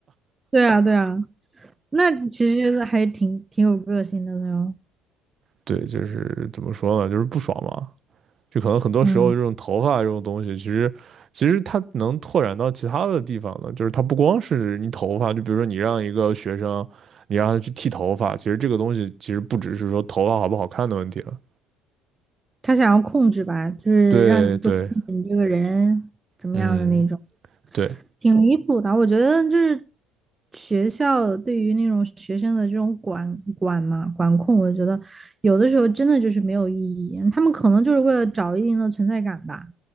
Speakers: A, on the right (about 20°); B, on the right (about 45°).
A: 对啊，对啊，那其实还挺挺有个性的那种。
B: 对，就是怎么说呢，就是不爽嘛。就可能很多时候这种头发这种东西，
A: 嗯，
B: 其实其实它能拓展到其他的地方的，就是它不光是你头发，就比如说你让一个学生，你让他去剃头发，其实这个东西其实不只是说头发好不好看的问题了。
A: 他想要控制吧，就是让你就控制你这个人怎么样的那种。
B: 对对，嗯，对
A: 挺离谱的，我觉得就是学校对于那种学生的这种管管嘛管控，我觉得有的时候真的就是没有意义。他们可能就是为了找一定的存在感吧，